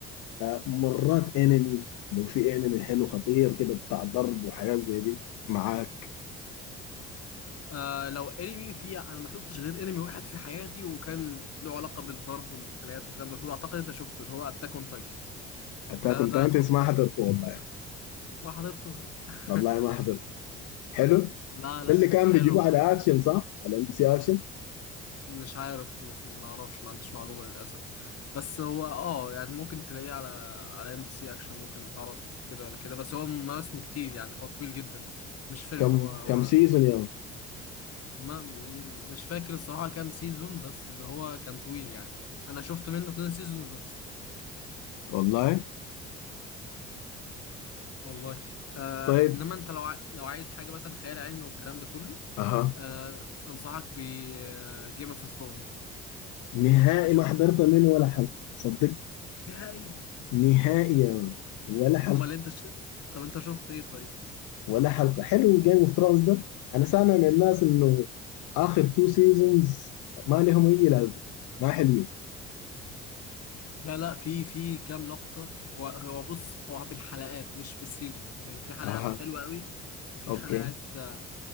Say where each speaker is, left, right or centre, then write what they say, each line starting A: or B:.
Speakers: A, on the left; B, on the left.
A: آه، مرات انمي لو في انمي حلو خطير كده بتاع ضرب وحاجات زي دي معاك
B: آه لو انمي في انا ما شفتش غير انمي واحد في حياتي وكان له علاقه بالضرب والخناقات والكلام ده كله اعتقد انت شفته اللي هو اتاك اون تايتن
A: اتاك
B: ده
A: اون
B: ده
A: تايتنز
B: خطير
A: ما حضرته والله يعني.
B: ما حضرته <laughs>
A: والله ما حضرته حلو
B: لا لا
A: ده اللي
B: لا
A: كان
B: حلو
A: بيجيبوه
B: ح...
A: على اكشن صح على ام بي سي اكشن
B: مش عارف مش ما اعرفش ما عنديش معلومه للاسف بس هو اه يعني ممكن تلاقيه على على ام بي سي اكشن ممكن يتعرض كده ولا كده بس هو مواسمه كتير يعني هو طويل جدا مش فيلم
A: كم
B: هو هو
A: كم سيزون يا مان؟
B: ما م- مش فاكر الصراحه كام سيزون بس اللي هو كان طويل يعني انا شفت منه اتنين سيزون بس
A: والله
B: والله آه
A: طيب
B: انما انت لو ع... لو عايز حاجه مثلا خيال علمي والكلام ده كله
A: اها
B: آه انصحك ب جيم اوف ثرونز
A: نهائي
B: اعتقد شفته
A: ما حضرت منه ولا حلقة صدق
B: نهائي
A: نهائي يا مان. ولا حلقة
B: هما اللي انت ش... طب انت شفت ايه طيب
A: ولا حلقة حلو جيم اوف ثرونز ده انا سامع من الناس انه اخر تو سيزونز ما لهم اي لازمة ما حلوين
B: لا لا في في كام لقطه في- هو هو بص هو بالحلقات مش بالسيزون يعني في حلقات
A: اها
B: حلوه قوي وفي
A: اوكي
B: حلقات آه،